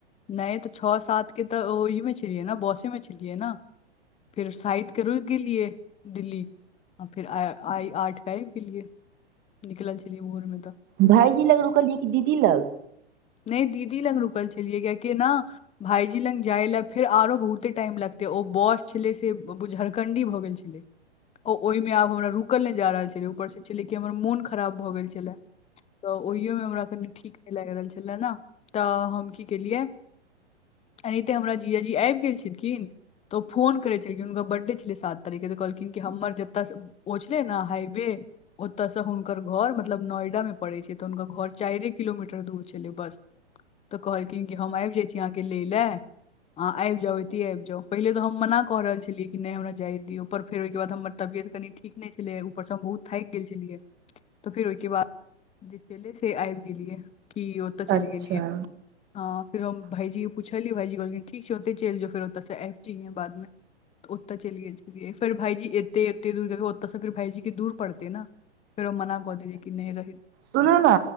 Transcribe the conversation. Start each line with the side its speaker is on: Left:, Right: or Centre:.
Left: नहि तऽ छः सात के तऽ ओहिमे छलियै ने बसे में छलियै ने फेर साइत रुक गेल लियए दिल्ली आ फिर आ आए आठ क आब गेलिए निकल छलिए भोर मे तऽ
Right: भाईजी लग रुकलियै कि दीदी लग
Left: नहि दीदी लग रुकल छललिए किया की न भायजी लग जाएल फेर आरो बहुते टाइम लगतै ओ बस छलै से झरखण्डी भऽ गेल छलै ओ ओहिमे आब हमरा रुकल नहि जा रहल छलै ऊपर से छलै कि हमर मोन खराब भऽ गेल छलै तऽ ओहिओमे हमरा कनि ठीक नहि लागि रहल छलय ने तऽ हम की केलियै एनाहिते हमरा जीजा जी आबि गेल छलखिन त ओ फोन करैत छल कि हुनका बर्थडे छलै सात तारीख के त कहलखिन कि हमर जतय ओ छैले न हावे ओत स हुनकर घर मतलब नोएडा मे पड़े छै त हुनकर घर चारे किलोमीटर दूर छै <inaudible> बस त कहलखिन कि हम आबि जाइ छी अहाँके लै ल अहाँ आबि जाउ एतहि आबि जाउ पहिले त हम मना क रहल छलियै कि नहि हमरा जाय दियौ पर फेर ओ क बाद हमर तबियत कनि ठीक नहि छलै ऊपर सँ हम बहुत थाइक गेल छलियै त फेर ओहिके बाद <inaudible> जे छैे से आबि गेलियै की ओते चल
Right: अच्छा
Left: गेलियै <inaudible> हँ फेर हम भाइजी के पुछलीय भाइजी कहलिन ठीक छै ओते चलि जो फेर ओतय से आब जेयहे बाद मे ओत चलि गेल छेलिए फेर भाइजी एते एते दूर ओत सँ फेर भाइजी के दूर पड़ते ने फेर ओ मना क देलिये कि न रही
Right: सुन ना